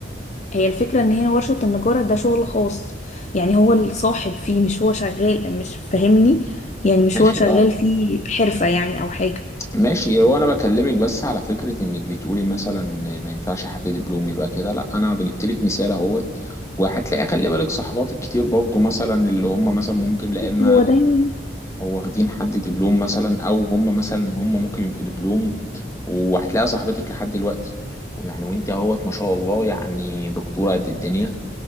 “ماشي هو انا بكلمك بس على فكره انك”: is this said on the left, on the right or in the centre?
Left